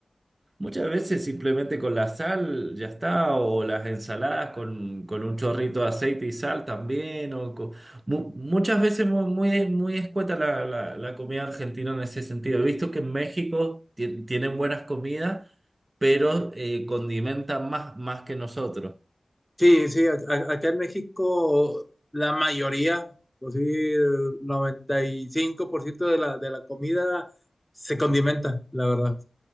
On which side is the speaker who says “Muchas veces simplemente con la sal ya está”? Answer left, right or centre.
Right